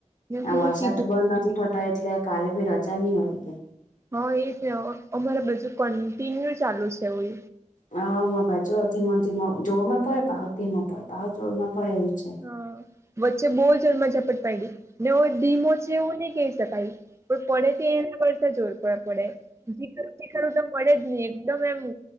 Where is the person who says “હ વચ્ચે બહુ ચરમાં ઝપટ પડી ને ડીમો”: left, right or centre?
Right